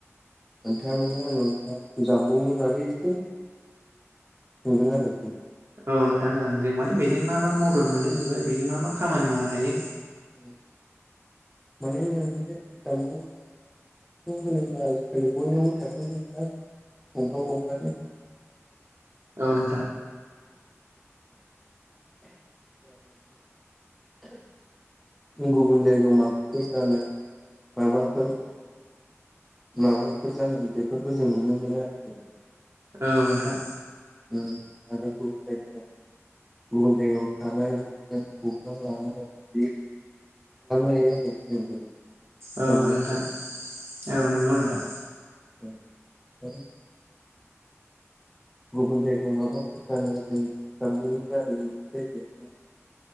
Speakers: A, in the centre; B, on the right.
A: नोंथाङा माने आंनाव जानबुंनि बागै एसे सोंदों आरो
B: औ नोंथां ओं जों माने बेजों मा मा मदद मोनो बेजों मा मा खामानि मावनो हायो
A: <unintelligible> होनोबा आजिखालि बयनावबो थाखो जा गंफा गंफानो
B: औ नोंथां
A: <inaudible> गुबुन जायगायाव माबाफोर जानो माबाफोर माबाफोर जानाय बेफोरखौ जों नुनो मोनो <inaudible>
B: औ नोंथां
A: <inaudible> गुबुन जायगायाव थानाय <unintelligible> खालामनो हायो आरो <inaudible>
B: औ
A: जामबुंजों
B: नोंथां औ नंगौ नोंथां।
A: <inaudible> गुगोल पेखौ माबोरै बाहायगोन जानबुंनि दारै <unintelligible>